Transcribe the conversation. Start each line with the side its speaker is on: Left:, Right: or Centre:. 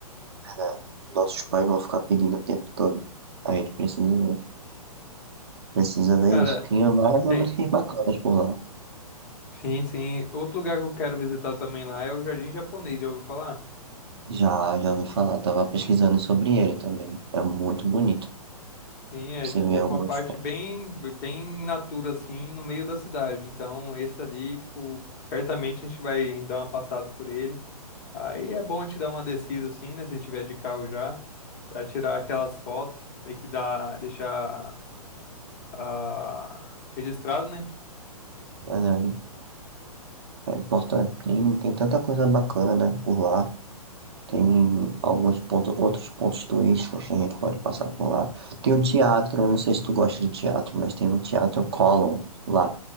Right: verdade. Nossos pais vão ficar pedindo o tempo todo. A gente precisa ver. Precisa ver
Left: Cara,
Right: isso. Tinha várias lembranças
Left: tem.
Right: bacanas por lá.
Left: Sim, sim. Outro lugar que eu quero visitar também lá é o Jardim Japonês, já ouviu falar?
Right: Já, já ouvi falar, tava pesquisando sobre ele também. É muito bonito.
Left: Sim, é
Right: Você
Left: tipo
Right: vê
Left: uma
Right: algumas
Left: parte
Right: fotos.
Left: bem, bem natura, assim, no meio da cidade. Então, esse ali, tipo, certamente a gente vai dar uma passada por ele. Aí é bom a gente dar uma descida assim, né? Se a gente tiver de carro já, pra tirar aquelas fotos, meio que dá, deixar ah, registrado, né?
Right: Mas é, é importante. Tem, tem tanta coisa bacana, né? Por lá. Tem alguns pontos, outros pontos turísticos que a gente pode passar por lá. Tem um teatro, eu não sei se tu gosta de teatro, mas tem um teatro Colón lá,